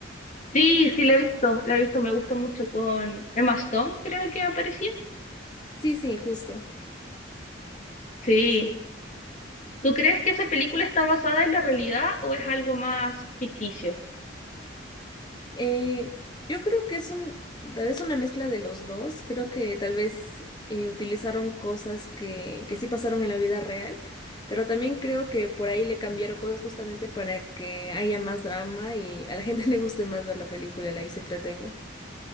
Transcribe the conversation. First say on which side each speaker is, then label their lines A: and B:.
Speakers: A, on the left; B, on the left.
A: Sí, sí, la he visto, la he visto, me gustó mucho con Emma Stone, creo que aparecía.
B: Sí, sí, justo.
A: Sí.
B: Sí.
A: ¿Tú crees que esa película está basada en la realidad o es algo más ficticio?
B: Eh, yo creo que es un, tal vez una mezcla de los dos. Creo que tal vez eh, utilizaron cosas que, que sí pasaron en la vida real, pero también creo que por ahí le cambiaron cosas justamente para que haya más drama y a la gente <laughs> le guste más ver la película, la y se entretenga.